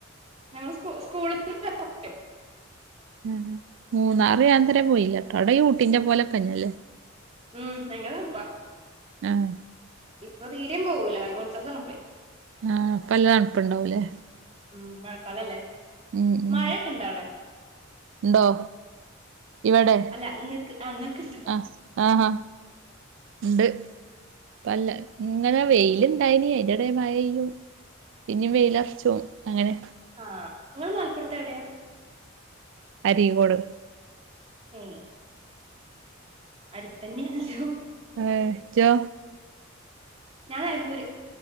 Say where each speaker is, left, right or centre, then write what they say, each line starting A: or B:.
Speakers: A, on the right; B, on the right.
A: ഞങ്ങള് സ്കൂ സ്കൂള് <unintelligible>
B: ഹാ ഹാ മൂന്നാറ് ഞാന് ഇത് വരെ പോയിട്ടില്ലട്ടോ അവിടെ ഈ ഊട്ടിന്റെ പോലെ തന്നെ അല്ലേ
A: ഉം ഭയങ്കര തൺപ്പാ
B: ആഹ്
A: ഇപ്പ തീരിം പോകൂല ഭയ ഒടുക്കത്തെ തണുപ്പായി
B: ആഹ് ഇപ്പം നല്ല തൺപ്പ് ഇണ്ടാവുല്ലേ?
A: ഉം മഴക്കാലല്ലേ
B: ഉം ഉം
A: മഴയൊക്കെ ഇണ്ടോ അവിടെ
B: ഇണ്ടോ ഇവടെ
A: അല്ല ഇങ്ങക്ക് ആ ഇങ്ങക്ക്ണ്ടോ
B: അഹ് ആഹ് ആഹ് ഇണ്ട് ഇപ്പല്ല ഇങ്ങനെ വെയില് ഇണ്ടായിനി അയ്ന്റെ എടില് മഴയ്യും പിന്നിം വെയില് എർച്ചും അങ്ങനെ
A: ആഹ് ഇങ്ങള് മലപ്പുറത്ത് എവിടെ?
B: അരീക്കോട്
A: ഉം അടുത്തന്നെണല്ലോ
B: ഹേ ഇജ്ജോ
A: ഞാൻ നെലമ്പൂര്